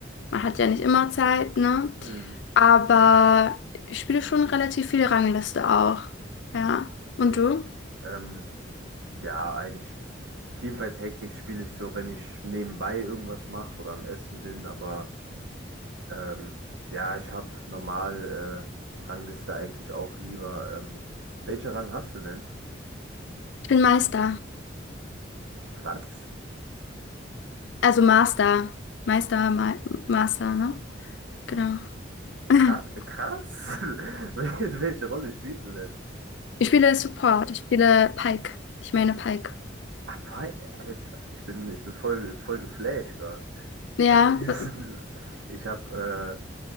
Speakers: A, on the left; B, on the right.
A: man hat ja nicht immer Zeit, ne?
B: Hm,
A: Aber ich spiele schon relativ viel Rangliste auch. Ja.
B: okay.
A: Und du?
B: Ähm, ja, eigentlich Teamfight Tactics spiele ich so, wenn ich nebenbei irgendwas mache oder am Essen bin, aber ähm, ja, ich habe normal äh, Rangliste eigentlich auch lieber. Ähm, welchen Rang hast du denn?
A: Ich bin Meister.
B: Was?
A: Also Master. Meister, Ma Master, ne? Genau. <laughs>
B: Kra krass. <laughs> Wel- Welche Rolle spielst du denn?
A: Ich spiele Support, ich spiele Pike. Ich meine Pike.
B: Aber, Alter, ich bin, ich bin voll, voll geflasht gerade.
A: Ja,
B: Weil Ich,
A: w-
B: <laughs> ich habe äh,